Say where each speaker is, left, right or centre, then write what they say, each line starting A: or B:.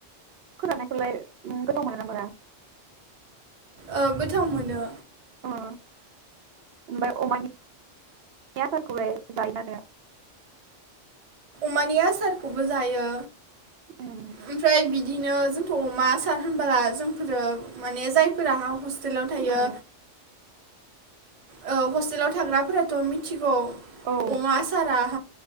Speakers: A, on the right; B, on the right.
A: फोराननायखौलाय ओम गोथाव मोनो ना मोना?
B: ओ गोथाव मोनो।
A: ओ ओमफाय अमानि आसारखौलाय जायोना जाया?
B: अमानि आसारखोबो जायो।
A: उम
B: ओमफ्राय बिद दिनो जोंथ' अमा आसार होनबाला जोंफोरो माने जायफोरा हा हस्टेलाव थायो।
A: उम
B: औ हस्टेलाव थाग्राफोराथ' मिथि गौ
A: औ
B: अमा आसारा आ